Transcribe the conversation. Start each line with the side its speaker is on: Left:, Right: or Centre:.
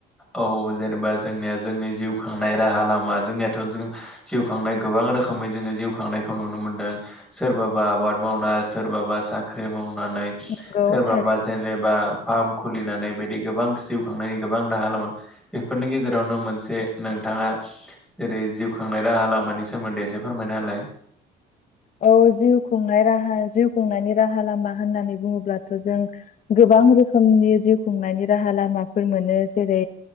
Centre: औ औ जेनेबा जोंनिया जोंनि जिउ खांनाय राहा लामा जोंनियाथ' जों जखांनाय गोबां रोखोमै जोङो जिउ खांनायखौ नुनो मोन्दों। सोरबाबा आबाद मावना सोरबाबा साख्रि मावनानै
Left: नंगौ
Centre: सोरबा
Left: थारै
Centre: बा जेनेबा फार्म खुलिनानै बिदि गोबां जिउ खांनायनि गोबां राहा लामोन बेफोरनि गेजेरावनो मोनसे नोंथाङा जेरै जिउ खांनाय राहा लामानि सोमोन्दै एसे फोरमायना होलाय?
Left: औ जिउ खुंनाय राहा जिउ खुंनायनि राहा लामा होननानै बुङोब्लाथ' जों गोबां रोखोमनि जिउ खुंनायनि राहा लामाफोर मोनो जेरै